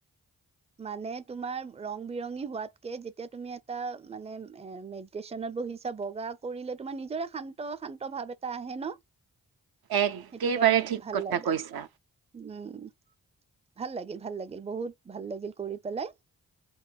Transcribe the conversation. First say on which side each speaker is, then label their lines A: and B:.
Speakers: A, on the right; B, on the right.
A: মানে তোমাৰ ৰং-বিৰঙী হোৱাতকে, যেতিয়া তুমি এটা মানে মেডিটেচনত বহিছা, বগা কৰিলে তোমাৰ নিজৰে শান্ত-শান্ত ভাৱ এটা আহে ন?
B: একেবাৰে
A: সেইটোকাৰণে
B: ঠিক
A: ভাল
B: কথা
A: লাগে।
B: কৈছা
A: উম। ভাল লাগিল, ভাল লাগিল। বহুত ভাল লাগিল কৰি পেলাই